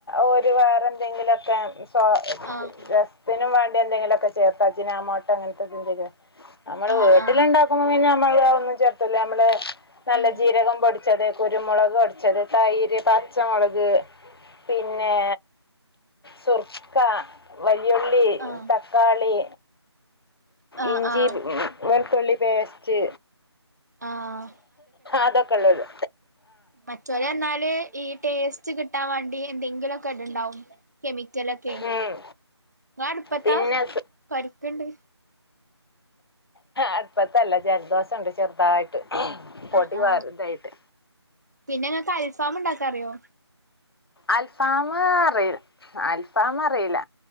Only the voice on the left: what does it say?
ഓര് വേറെന്തെങ്കിലൊക്കെ സ
രസത്തിനും വാണ്ടി എന്തെങ്കിലുമൊക്കെ ചേർത്ത് അജിന ആമോട്ട അങ്ങൻത്തന്തങ്കി നമ്മള്
വീട്ടില്ഉണ്ടാക്കുമ്പോ
പിന്നെ നമ്മള് ഒന്നും ചേർത്തല്ല നമ്മള് നല്ല
ജീരകം പൊടിച്ചത് കുരുമുളക് പൊ ടിച്ചത് തൈര് പച്ചമുളക് പിന്നെ സുർക്ക വൽ വലി ഉള്ളി
തക്കാളി
ഇഞ്ചി
വെള് തുള്ളി പേസ്റ്റ്
അതൊക്കെള്ളുള്ളു
ഉം, പിന്നെ
അട്പത്തല്ല ജലദോ സം ണ്ട് ചെറുതായിട്ട് പൊടി
വാറുതായിട്ട്
അൽഫാമ്അറില്ല അൽഫാമ്അറില്ല